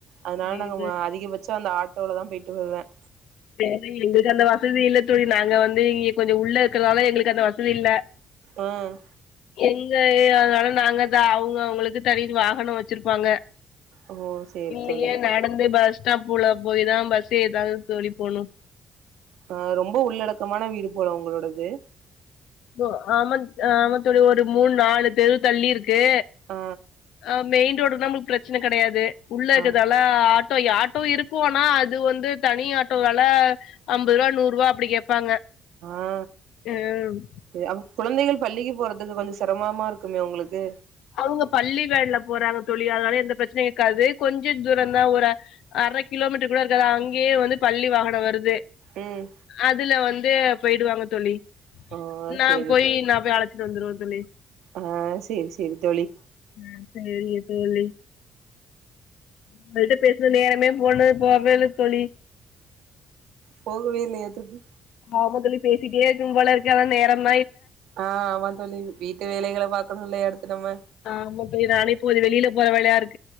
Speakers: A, on the right (about 85°); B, on the left (about 85°).
A: அதனால
B: சரி
A: நாங்க அதிகபட்சம் அந்த ஆ அவளவுதான் போயிட்டு வருவேன்
B: செரி எங்களுக்கு அந்த வசதி இல்ல தோழி நாங்க வந்து இங்க கொஞ்சோ உள்ள இருக்கறதால எங்களுக்கு அந்த வசதி இல்ல
A: உம்
B: எங்க அதனால நாங்க தான் அவங்க அவங்களுக்கு தனி வாகனம் வச்சிருப்பாங்க
A: ஓ சேரி
B: இல்லையே
A: தோழி
B: நடந்து பஸ் பஸ் ஸ்டாப்பூல போய்தான் பஸ் ஏதாது தோழி போனும்
A: ஆ ரொம்ப உள்ளடக்கமான வீடு போல உங்களோடது
B: ஆ ஆமா தோழி ஒரு மூணு நாலு தெரு தள்ளி இருக்கு
A: ஆ
B: கு மெயின் ரோடு நம்மளுக்கு பிரச்சன கிடையாது உள்ள இருக்காதால
A: ஆ ஆ
B: இப்ப ஆட்டோ இருக்கும்னா அது வந்து தனி ஆட்டோ வெல அம்பது ரூபா நூறு ரூபா அப்படி கேப்பா ப்பாங்க
A: ஆ
B: உம்
A: அப்ப குழந்தைகள் பள்ளிக்கு போறதுக்கு கொஞ்சம் சிரமமா இருக்குமே உங்களுக்கு
B: அவுங்க பள்ளி வேன்ல போறாங்க தோழி அதுனால எந்த பிரச்சனையும் காது கொஞ்சம் தூரம் தான் ஒரு அரைக் கிலோமீட்டர் கூட இருக்காது அங் கேயே பள்ளி வாகனம் வருது
A: ம்
B: அதுல வந்து போயிடுவாங்க தோழி
A: ஓ
B: நான்
A: சேரி
B: போய் நான் போய் அழை வந்துருவேன் தோழி
A: ஆஹ் சேரி சேரி தோழி
B: ஆஹ் சேரிங்க தோழி உங்களிட்ட பேசின நேரமே போனது போவேல தோழி
A: போகவே இல்லையா தொழி
B: ஆமா தோழி பேசிட்டே இருக்கணும் போலருக்கு நேரமே
A: ஆஹ் ஆமா தோழி வீட்டு வேலைகளை பாக்கணுல்லைய அடுத்து நம்ம
B: ஆமாப்ப நானேப்போ வெளியில போரவேலைய இருக்கு